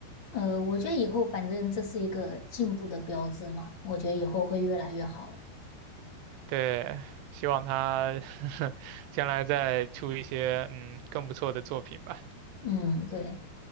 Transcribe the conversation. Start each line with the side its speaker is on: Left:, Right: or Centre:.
Left: 呃，我觉得以后反正这是一个进步的标志嘛，我觉得以后会越来越好的。
Right: 对，希望他 <laughs> 将来再出一些嗯更不错的作品吧。
Left: 嗯，对，